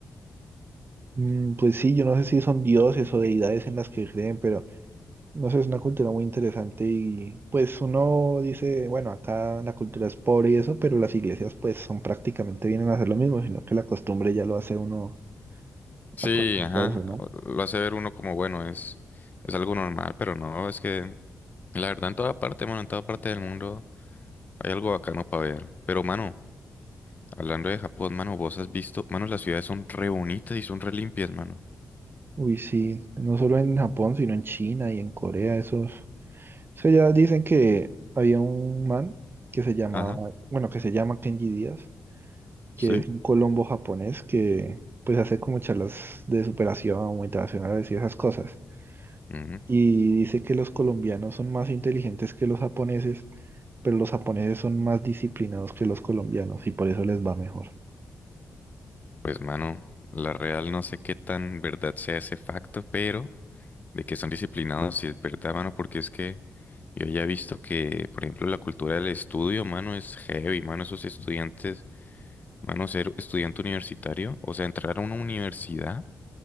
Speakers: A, on the right; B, on the left.
A: Mm, pues sí, yo no sé si son dioses o deidades en las que creen, pero no sé, es una cultura muy interesante y pues uno dice, bueno, acá la cultura es pobre y eso, pero las iglesias pues son prácticamente vienen a hacer lo mismo, sino que la costumbre ya lo hace uno
B: Sí,
A: acostumbrarse,
B: ajá,
A: ¿no?
B: lo hace ver uno como, bueno, es, es algo normal, pero no, es que la verdad en toda parte, mano, en toda parte del mundo hay algo bacano para ver. Pero, mano. Hablando de Japón, mano, vos has visto, mano, las ciudades son re bonitas y son re limpias, mano.
A: Uy, sí, no solo en Japón, sino en China y en Corea, esos. O sea, ya dicen que había un man que se llamaba,
B: Ajá,
A: bueno, que se llama Kenji Díaz,
B: sí.
A: que es un colombo japonés que pues hace como charlas de superación motivacionales y esas cosas.
B: ujú.
A: Y dice que los colombianos son más inteligentes que los japoneses, pero los japoneses son más disciplinados que los colombianos y por eso les va mejor.
B: Pues, mano, la real no sé qué tan verdad sea ese facto, pero de que son disciplinados, sí es verdad, mano, porque es que yo ya he visto que, por ejemplo, la cultura del estudio, mano, es heavy, mano, esos estudiantes, mano, ser estudiante universitario, o sea, entrar a una universidad